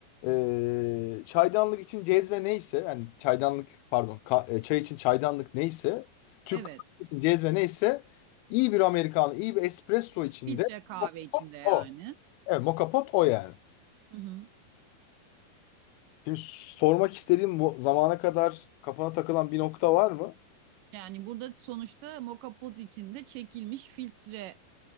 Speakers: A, on the left (about 80°); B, on the right (about 80°).
A: e, çaydanlık için cezve neyse yani çaydanlık pardon ka- e, çay için çaydanlık neyse Türk
B: evet.
A: kahvesi için cezve neyse iyi bir Amerikanı iyi bir espresso içinde
B: Filtre kahve içinde yani.
A: o. Evet, Moka Pot o yani.
B: Hı hı.
A: Şimdi sormak istediğim bu zamana kadar kafana takılan bir nokta var mı?
B: Yani burada sonuçta moka pot içinde çekilmiş filtre